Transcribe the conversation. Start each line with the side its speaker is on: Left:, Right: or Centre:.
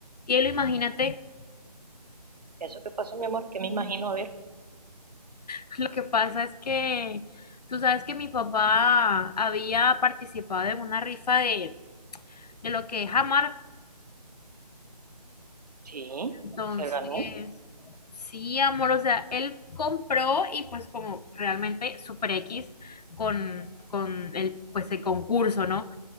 Left: Cielo, imagínate,
Right: ¿Eso qué pasó, mi amor? Que me imagino, a ver.
Left: <laughs> lo que pasa es que tú sabes que mi papá había participado en una rifa de, de lo que es Amar.
Right: Sí,
Left: Entonces,
Right: se ganó.
Left: sí, amor, o sea, él compró y pues como realmente Super X con, con el, pues el concurso, ¿no?